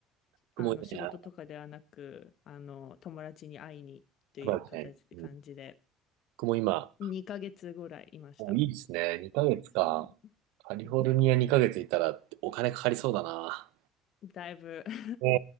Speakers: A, on the right; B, on the left.
A: 僕もね、
B: あの、仕事とかではなく、
A: あ、
B: あの、友達に会いにという形、
A: 茨城ね。うん。
B: 感じで、
A: 僕も今、
B: 2ヶ月ぐらいいました。
A: おいいですね。2ヶ月か。
B: そう。
A: カリフォルニア2ヶ月いたらお金かかりそうだな。
B: うんだいぶ <laughs>
A: ね